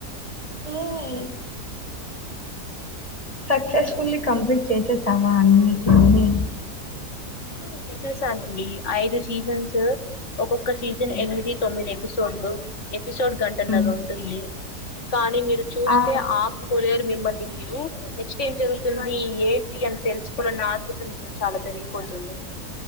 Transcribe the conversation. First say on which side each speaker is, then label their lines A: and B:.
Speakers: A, on the left; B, on the left.
A: ఇయ్ సక్సెస్ఫుల్లీ కంప్లీట్ చేసేసావా అన్నిటిని
B: వు చేసేస్తానండి ఐదు సీజన్స్ ఒకొ ఒక సీజన్
A: హ్మ్.
B: ఎనిమిది తొమ్మిది ఎపిసోడ్లు ఎపిసోడ్ కంటన్నది
A: హ్మ్.
B: ఉంటుంది కానీ మీరు చూస్తే
A: ఆ!
B: ఆపూకోలేరు మిమ్మల్ని మీ నెక్స్ట్ ఏం జరుగుతుంది ఏంటి అని తెలుసుకోవలన్నా ఆతృత మీలో చాలా పెరిగి పోతుంది